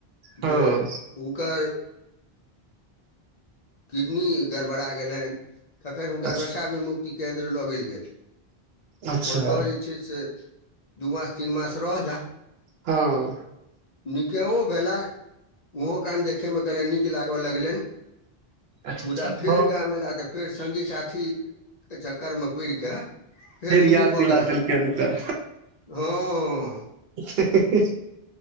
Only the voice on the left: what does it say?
जे हुनकर। किडनी गड़बड़ा गेलैन तखन हुनका
नशा भी मुुक्त। केन्द्र लऽ गेल गेलयैन
ओतअ जे छै से। दू मास, तीन मास रहला
निकैओ भेला मुंहो कान देखय मे कनै नीक लागय लगलैन
मुदा
फेर
गाम ऐला तऽ फेर संगी साथी के चक्कर मे पड़ कै फेर शुरू
भऽ
गेला,
हां।